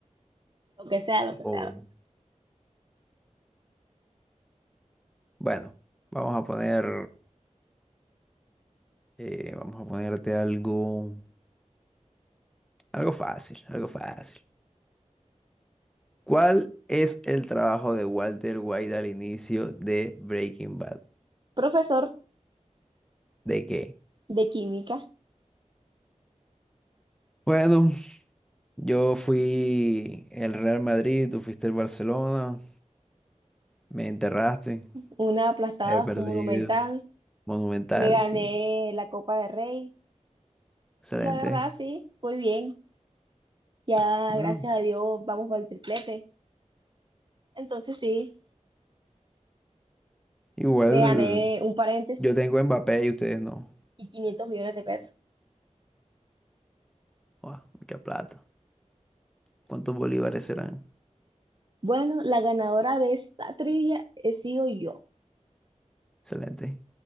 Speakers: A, on the right (about 40°); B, in the centre.
A: Lo que sea, lo que
B: o-
A: sea.
B: Bueno, vamos a poner... eh, vamos a ponerte algo... Algo fácil, algo fácil. ¿Cuál es el trabajo de Walter White al inicio de Breaking Bad?
A: Profesor
B: ¿De qué?
A: de química
B: Bueno, yo fui el Real Madrid, tú fuiste el Barcelona, me enterraste,
A: una aplastada
B: he perdido.
A: monumental.
B: Monumental,
A: Me gané
B: sí,
A: la Copa de Rey
B: excelente.
A: y la verdad sí, muy bien. Ya
B: Bueno,
A: gracias a Dios vamos por el triplete. Entonces sí,
B: igual
A: me gané un paréntesis
B: yo tengo Mbappé y ustedes no.
A: y 500 millones de pesos.
B: Guau, mucha plata. ¿Cuántos bolívares serán?
A: Bueno, la ganadora de esta trivia he sido yo.
B: Excelente.